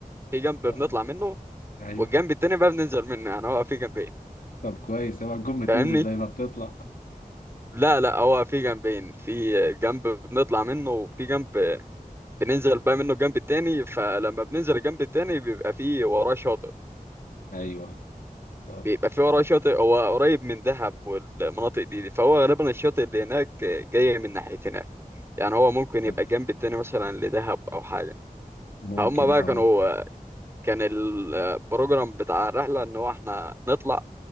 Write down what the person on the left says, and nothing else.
آه،
ايوه
طب كويس اوعى تكون بتنزل
زي ما بتطلع
ايوه اه
آه،
تمام
ممكن
اه